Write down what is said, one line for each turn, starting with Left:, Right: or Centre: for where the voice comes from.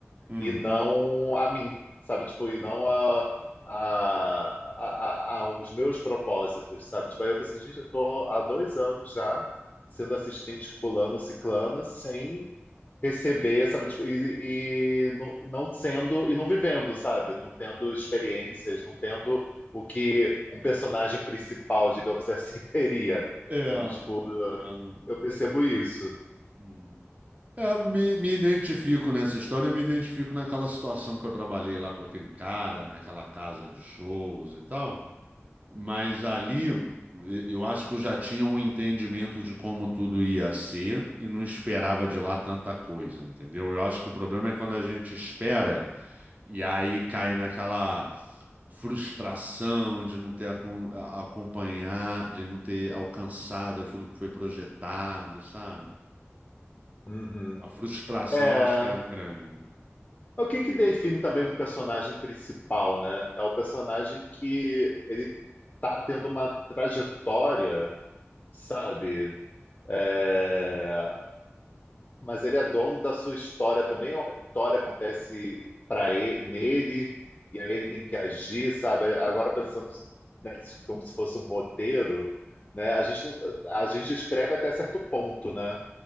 Right: Hum.
Left: e não a mim, sabe? Tipo, e não a, a, a- a- aos meus propósitos, sabe? Tipo, aí eu falei assim, gente, eu tô há dois anos já sendo assistente fulano, ciclana, sem receber, sabe, tipo, e, e não, não sendo e não vivendo, sabe? Não tendo experiências, não tendo o que um personagem principal, digamos assim, <laughs> teria,
Right: É,
Left: sabe? Tipo,
Right: entendo.
Left: eu percebo isso.
Right: Hum. É, me, me identifico nessa história, eu me identifico naquela situação que eu trabalhei lá com aquele cara, naquela casa de shows e tal. Mas ali e- eu acho que eu já tinha um entendimento de como tudo ia ser e não esperava de lá tanta coisa, entendeu? Eu acho que o problema é quando a gente espera e aí cai naquela frustração de não ter acom- a- acompanhar, de não ter alcançado aquilo que foi projetado, sabe?
Left: Uhum.
Right: A frustração
Left: É,
Right: acho que é grande, né?
Left: o que que define também um personagem principal, né? É o personagem que ele tá tendo uma trajetória, sabe? É, mas ele é dono da sua história também, ou a história acontece para ele, nele, e aí ele tem que agir, sabe? Agora pensando né, como se fosse um roteiro, né? A gente, não- a gente escreve até certo ponto, né?